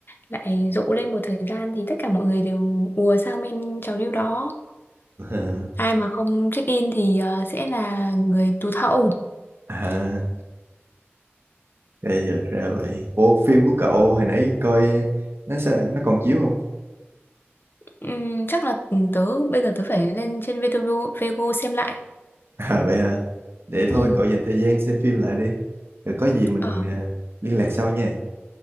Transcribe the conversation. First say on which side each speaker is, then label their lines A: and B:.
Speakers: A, on the left; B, on the right.
A: lại rộ lên một thời gian thì tất cả mọi người đều ùa sang bên trào lưu đó
B: <laughs>
A: ai mà không check in thì ờ, sẽ là người tụt hậu
B: à. Gây ra vậy. Ủa phim của cậu hồi nãy coi nó sẽ nó còn chiếu không?
A: Ừm, chắc là tớ bây giờ tớ phải lên trên VTV Vego xem lại
B: <laughs> À vậy hả? Để thôi
A: Ừm,
B: cậu dành thời gian xem phim lại đi. Rồi có gì mình
A: ờ
B: à, liên lạc sau nha.